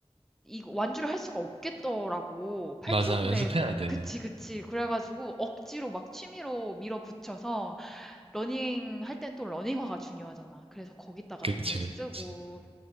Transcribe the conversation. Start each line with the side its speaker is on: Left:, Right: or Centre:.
Centre: 이 완주를 할 수가 없겠더라고. 8km인데
Right: 맞아, 연습해야 돼.
Centre: 그치, 그치. 그래가지고 억지로 막 취미로 밀어붙여서 러닝 할 땐 또 러닝화가 중요하잖아. 그래서 거기다가
Right: 그치,
Centre: 돈을 쓰고
Right: 그치.